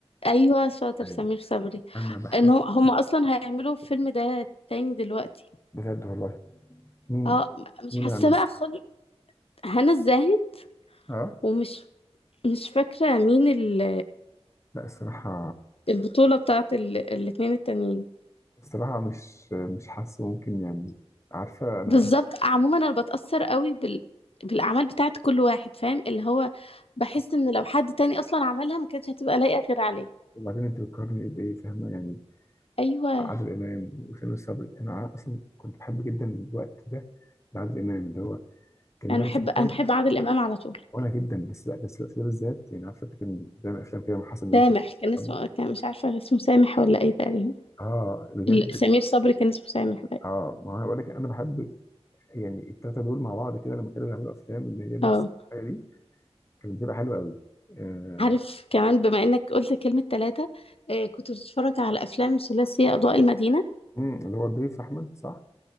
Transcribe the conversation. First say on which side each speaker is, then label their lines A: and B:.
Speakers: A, on the left; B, on the left.
A: ايوه شاطر
B: أيوه
A: سمير صبري
B: أنا بحب
A: ان هو هم اصلا هيعملوا الفيلم ده تاني دلوقتي
B: بجد والله مين
A: اه مش
B: مين
A: حاسه
B: اللي عملها
A: بقى خالص هنا الزاهد
B: أه
A: ومش مش فاكرة مين ال-
B: لا الصراحة
A: البطولة بتاعت ال- الاتنين التانيين
B: الصراحة مش مش حاسه ممكن يعني عارفة أنا
A: بالظبط عموما انا بتأثر قوي بال... بالاعمال بتاعت كل واحد فاهم اللي هو بحس ان لو حد تاني اصلا عملها ما كانتش هتبقى لايقة غير عليه
B: وبعدين أنت بتقارني بإيه فاهمة يعني
A: ايوه
B: عادل امام وسامي الصبري انا ع- اصلا كنت بحب جدا الوقت ده لعادل امام اللي هو كان
A: انا
B: بيعمل
A: بحب
B: في افلام
A: انا بحب عادل امام على طول
B: وانا جدا بس لا بس الوقت ده بالذات يعني عارف انت كان بيعمل افلام كده مع حسن يوسف
A: سامح كان اسمه
B: طب-
A: كان مش عارفة اسمه سامح ولا ايه تقريبا
B: اه بجد
A: ال- سمير صبري كان اسمه سامح بقى
B: اه ما هو انا بقول لك انا بحب يعني الثلاثه دول مع بعض كده لما كانوا بيعملوا افلام اللي هي نفس
A: اه
B: الحاجه دي كانت بتبقى حلوه قوي آه
A: عارف كمان بما انك قلت كلمة ثلاثة آه كنت بتتفرج على افلام ثلاثية اضواء المدينة
B: مم، اللي هو الضيف احمد صح